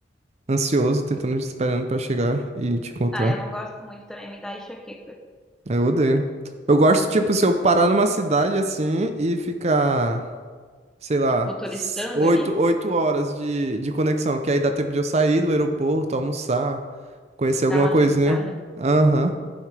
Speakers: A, on the right; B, in the centre.
A: ansioso, tentando, esperando pra chegar e te encontrar.
B: Ah, eu não gosto muito também, me dá enxaqueca.
A: Aí Eu odeio. Eu gosto, tipo, se eu parar numa cidade assim e ficar, sei lá,
B: Tipo, turistando
A: s- oito,
B: ali,
A: oito horas de, de conexão, que aí dá tempo de eu sair do aeroporto, almoçar, conhecer alguma
B: dá uma
A: coisinha.
B: turistada, né?
A: Aham.